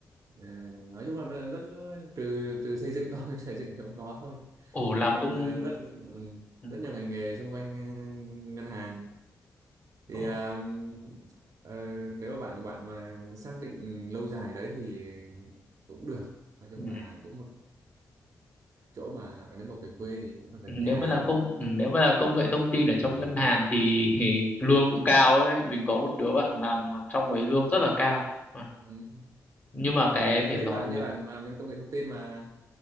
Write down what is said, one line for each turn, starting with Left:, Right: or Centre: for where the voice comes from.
Right: à, nói chung là rất, rất trừ trừ xây dựng thôi, <laughs> xây dựng thì không có thôi.
Left: ồ làm
Right: Chứ còn
Left: công
Right: à, rất ừ,
Left: ừ.
Right: rất nhiều ngành nghề xung quanh à, ngân hàng thì
Left: Ồ,
Right: ờ, ờ, nếu mà bạn của bạn mà xác định lâu dài đấy thì cũng được nói chung
Left: ừ.
Right: là cũng một chỗ mà nếu mà về quê thì cũng là gần
Left: Ừ, nếu
Right: nhà
Left: mà là công ừ, nếu mà là công nghệ thông tin ở trong
Right: ừ.
Left: ngân hàng thì <laughs> thì lương cũng cao ấy mình có một đứa bạn làm trong ấy lương rất là cao Ừ.
Right: Ừ.
Left: nhưng mà cái ấy
Right: tôi
Left: phải
Right: thấy
Left: giỏi
Right: bạn như bạn làm bên công nghệ thông tin mà